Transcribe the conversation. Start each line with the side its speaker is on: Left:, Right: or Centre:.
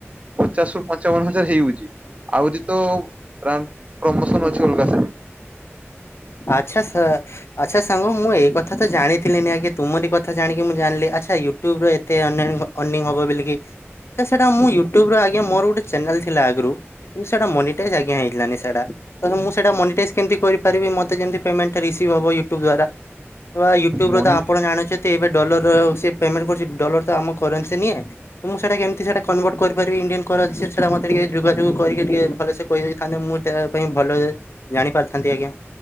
Right: ପଚାଶ ରୁ ପଞ୍ଚାବନ ହଜାର ହେଇଯାଉଛି। ଆହୁରି ତ ବାଣ୍ଡ୍ ପ୍ରମୋସନ ଅଛି ଅଲଗାସା।
Left: ଆଚ୍ଛା ସା ଆଚ୍ଛା ସାଙ୍ଗ ମୁଁ ଏଇ କଥା ତ ଜାଣିଥିଲିିନି ଆଜ୍ଞା ତୁମରି କ ଥା ଜାଣି ମୁଁ ଜାଣିଲି ଆଚ୍ଛା ୟୁଟ୍ୟୁବରେ ଏତେ ଅନାଣି ଅନିଙ୍ଗ ହେବବୋଲି ଜଷ୍ଟ ସେଟା ମୁଁ ୟୁଟ୍ୟୁବର ଆଜ୍ଞା ମୋର ଗୋଟେ ଚ୍ୟାନେଲ ଥିଲା ଆଗୁରୁ କିନ୍ତୁ ସେଟା ମନି ଟେଜ୍ ଆଜ୍ଞା ହେଇଥିଲା ନିସାଟା ତ ମୁଁ ସେଟା ମନି ଷ୍ଟାଇଜ୍ କେମିତି କରିପାରିବି ମତେ କେମିତି ପେମେଣ୍ଟ ଟା ରିସିଭ୍ ହବ ଇ ୟୁଟୁବ ଦ୍ୱାରା। ୟୁଟ୍ୟୁବୁର
Right: ମନି
Left: ତ ଆପଣ ଜାଣିଛନ୍ତି ଏବେ ଡଲରର ସେ ପେମେଣ୍ଟ କରୁଚି ଡଲର ତ ଆମ କରେନ୍ସି ନିଏ। ତ ମୁଁ ସେଟା କେମିତି ସେଟା କନଭର୍ଟ କରି କରିବି ଇଣ୍ଡିଆନ କରେଯିସ୍ ସେଟା ମତେ ଟିକେ ଯୋଗାଯୋଗ କରିକି ଟିକେ ଭଲସେ କହିଦେଇଥାନ୍ତେ ମୁଁ ଇଟା ପାଇଁ ଭଲ ଜାଣି ପାରିଥାନ୍ତି ଆଜ୍ଞା।